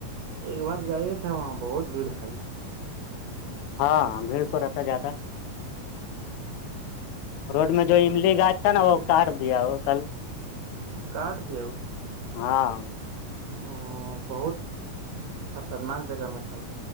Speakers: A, on the right; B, on the left.
A: ایک بار گئے تھے وہاں بہت بھیڑ سالی
B: ہاں بھیڑ تو رہتا ہے زیادہ
A: ہاں
B: روڈ میں جو املی گاھ تھا نا وہ کاٹ دیا وہ کل
A: کارڈ دیا بلا
B: ہاں
A: ا بہت خطرناک جگہ میں تھا